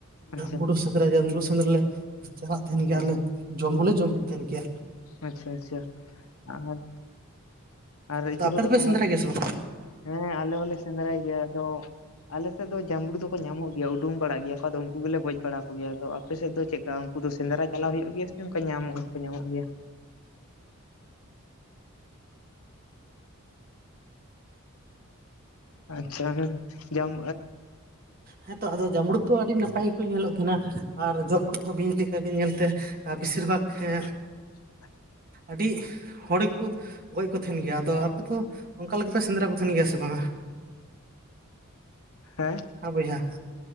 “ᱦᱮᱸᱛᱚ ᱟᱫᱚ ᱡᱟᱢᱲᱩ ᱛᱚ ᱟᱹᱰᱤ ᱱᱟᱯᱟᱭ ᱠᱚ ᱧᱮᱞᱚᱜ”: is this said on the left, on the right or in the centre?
Right